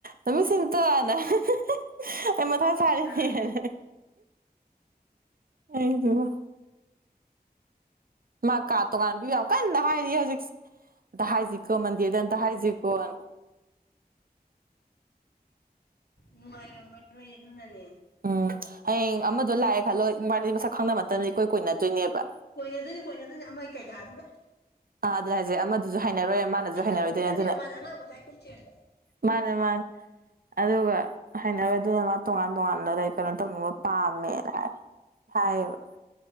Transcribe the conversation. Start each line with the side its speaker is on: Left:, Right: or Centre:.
Right: ꯑꯩꯅ <unintelligible> ꯑꯩ ꯃꯊꯥ ꯁꯥꯔꯦꯅꯦꯅ
Left: ꯑꯥ
Right: ꯑꯩꯗꯤꯕ ꯃꯥ ꯀꯥ ꯇꯣꯉꯥꯟ ꯄꯤꯕ ꯌꯥꯝ ꯀꯟꯅ ꯍꯥꯏꯔꯤꯌꯦ ꯍꯧꯖꯤꯛꯁꯦ ꯑꯝꯇ ꯍꯥꯏꯁꯤꯀꯣ ꯃꯟꯗꯦꯗ ꯑꯝꯇ ꯍꯥꯏꯁꯤꯀꯣꯅ
Left: ꯅꯨꯡꯉꯥꯏꯔꯝꯃꯔꯣꯏ ꯑꯗꯨꯅꯅꯦ
Right: ꯎꯝ ꯍꯌꯦꯡ ꯑꯃꯗꯣ ꯂꯥꯛꯑꯦ ꯈꯜꯂꯣ ꯃꯥꯗꯤ ꯃꯁꯛ ꯈꯪꯅꯅꯕꯈꯨꯗꯝ ꯅꯇꯝꯅꯤꯅ ꯏꯀꯣꯏꯅꯗꯣꯏꯅꯦꯕ
Left: ꯀꯣꯏꯅꯗꯣꯏꯅꯤ ꯀꯣꯏꯅꯗꯣꯏꯅꯤ ꯑꯃ ꯀꯩꯗ ꯗꯨꯒ
Right: ꯑꯥ ꯑꯗꯨꯅ ꯍꯥꯏꯁꯦ ꯑꯃꯗꯨꯁꯨ ꯍꯥꯏꯅꯔꯣꯏ ꯑꯃꯅꯁꯨ
Left: ꯐꯠꯇꯕꯗꯤ
Right: ꯍꯥꯏꯅꯔꯣꯏꯗꯣꯏꯅꯦ
Left: ꯅꯠꯇꯦꯕ
Right: ꯑꯗꯨꯅ
Left: ꯃꯥꯁꯦ ꯑꯉꯥꯡ ꯃꯆꯥꯏ ꯀꯨꯞ ꯆꯦꯟꯕ
Right: ꯃꯥꯅꯦ ꯃꯥꯅꯦ ꯑꯗꯨꯒ ꯍꯩꯅꯔꯣꯏꯗꯨꯅ ꯃꯥ ꯇꯣꯉꯥꯟ ꯇꯣꯉꯥꯟꯕꯗ ꯂꯩ ꯀꯩꯅꯣ ꯇꯧꯅꯤꯡꯕ ꯄꯥꯝꯃꯦꯅ ꯍꯥꯏ ꯍꯥꯏꯌꯦꯕ